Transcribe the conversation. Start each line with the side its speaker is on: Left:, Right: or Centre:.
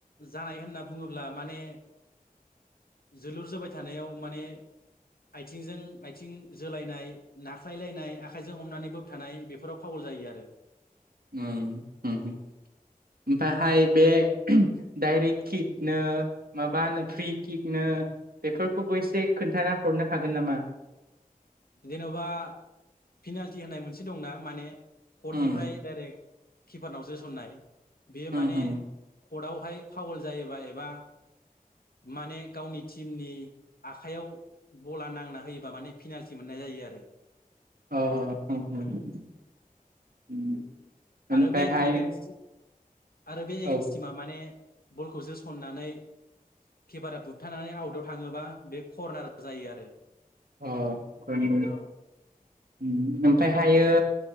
Left: जानाय होनना बुङोब्ला माने जोलुर जोबाबाय थानायाव माने आथिंजों आथिं जोलायनाय नाख्लायलायनाय आखाइजों हमनानै बोबथानाय बेफोराव फावल जायो आरो
Right: ओमफ्रायहाय
Left: उम
Right: बे डाइरेक्ट किकनो माबानो फ्रि किकनो बेफोरखौबो एसे खोन्थाना हरनो हागोन नामा
Left: जेन'बा पिनाल्टि होननाय मोनसे दंना माने कर्टनिफ्राय
Right: उम
Left: डाइरेक्ट किपारनाव जोसननाय बेयो माने
Right: उम उम।
Left: कर्टआवहाय फावोल जायोबा एबा माने गावनि टिमनि आखाइयाव बला नांना होयोबा माने फिनाल मिथि मोननाय जायो आरो।
Right: अ ओ उम
Left: उम
Right: ओमफ्रायहाय
Left: आरो बे एगेन्स्ट आरो बे एगेन्स्ट
Right: औ
Left: टिमा माने बलखौ जोसननानै किपारा बुबथानानै आउटाव थाङोबा बे करर्नार जायो आरो।
Right: अ <unintelligible>
Left: औ
Right: उम ओमफ्रायहायो